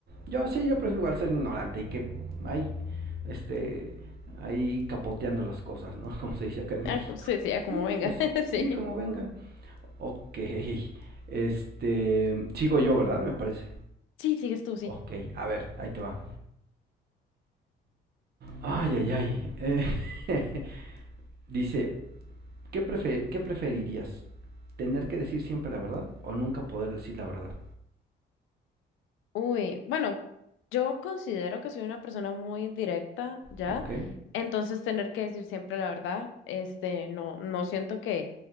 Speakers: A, on the right; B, on the left.
A: yo sí, yo prefiero al ser ignorante y que hay, este, ahí capoteando las cosas, ¿no? <laughs> Como se dice acá en
B: Ah,
A: México.
B: sí, sí, ah, como
A: Sí,
B: venga,
A: pues sí,
B: <laughs> sí.
A: sí, como venga. Ok, <laughs> este, sigo yo, ¿verdad? Me parece.
B: Sí, sigues tú, sí.
A: Ok, a ver, ahí te va. Ay, ay, ay. Eh, <laughs> dice, ¿qué, prefe- ¿qué preferirías? ¿Tener que decir siempre la verdad o nunca poder decir la verdad?
B: Uy, bueno, yo considero que soy una persona muy directa ya,
A: Ok.
B: entonces tener que decir siempre la verdad, este, no, no siento que,